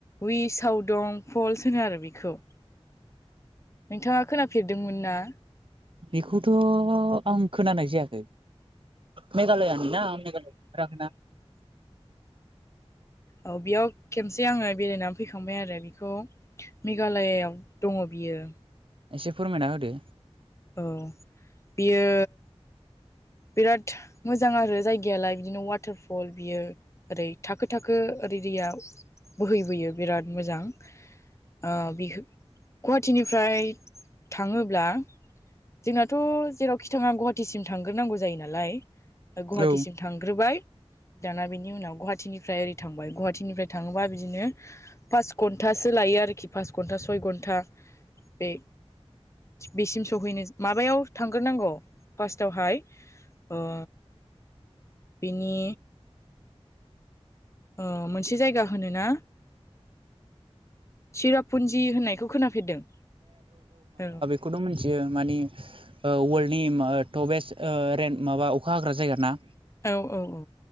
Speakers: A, on the left (about 25°); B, on the right (about 55°).
A: वइसाव दं। फल्स होनो आरो बेखौ नोंथाङा खोनाफेरदोंमोन ना।
B: बेखौथ' आं खोनानाय जायाखै। मेघालयानि ना मेघालय थांफेराखैना।
A: औ बेयाव खेमसे आङो बेरायनानै फैखांबाय आरो बेखौ। मेघालयायाव दङ बियो।
B: एसे फोरमायना होदो।
A: औ बेयो। बिराद मोजां आरो जायगायालाय बिदिनो वाटारफल बियो ओरै थाखो थाखो ओरै दैया बोहैबोयो बिराद मोजां ओ बि गुवाहाटिनिफ्राय थाङोब्ला जोंनाथ' जेरावखि थाङा गुवाहाटिसिम थांग्रोनांगौ जायो नालाय गुवाहाटिसिम
B: औ
A: थां थांग्रोबाय दाना बिनि उनाव गुवाहाटिनिफ्राय ओरै थांबाय गुवाहाटिनिफ्राय थाङोबा बिदिनो पास घन्टासो लायो आरोखि पास घन्टा सय घन्टा बे बेसिम सहैनो माबायाव थांग्रोनांगौ फार्स्टावहाय ओ बिनि ओ मोनसे जायगा होनो ना चिरापुन्जि होननायखौ खोनाफेरदों? औ!
B: खौथ' मिथियो माने वर्ल्डनि टपेस्ट ओ रेन माबा अखा हाग्रा जायगा ना?
A: औ औ औ